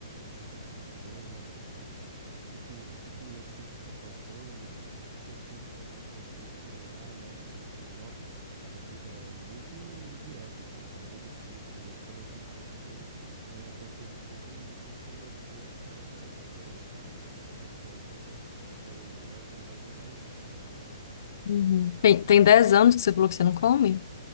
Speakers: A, on the right; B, on the left.
A: eu não tô me sentindo bem, né? Tipo, o que que, o que que eu sinto que tá faltando, o que que eu sinto que ainda posso melhorar, né? E, e, nossa, é, di- é muito direto, assim, quando eu vou dormir, quando eu deito a cabeça no travesseiro, né? A consciência sempre, sempre le- vem atra- atrás à tona, assim, os principais pontos. Então, eu sou mais, me baseio mais nisso, assim, sabe?
B: Uhum. Tem, tem 10 anos que você falou que você não come?